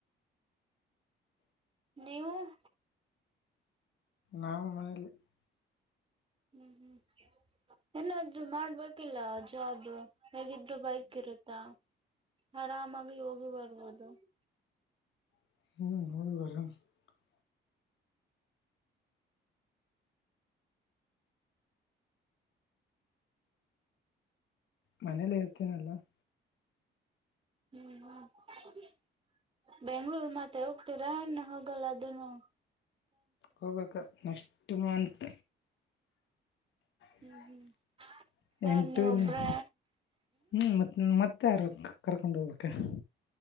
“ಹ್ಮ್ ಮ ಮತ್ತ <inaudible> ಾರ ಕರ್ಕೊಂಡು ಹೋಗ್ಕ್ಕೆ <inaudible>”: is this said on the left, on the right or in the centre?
Left